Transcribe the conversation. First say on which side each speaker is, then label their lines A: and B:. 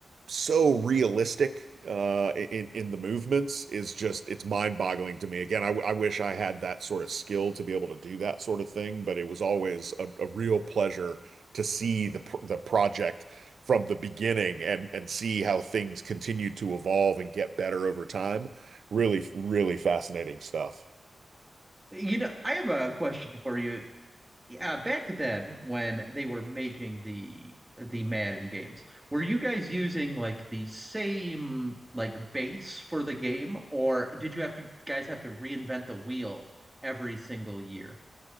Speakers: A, on the right (about 80°); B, on the right (about 15°).
A: so realistic uh in in the movements is just it's mind-boggling to me again I I wish I had that sort of skill to be able to do that sort of thing but it was always a, a real pleasure to see the the project from the beginning and and see how things continued to evolve and get better over time really really fascinating stuff
B: you know, I have a question for you. uh, back then when they were making the the Madden games, were you guys using like the same like base for the game, or did you have to guys have to reinvent the wheel every single year?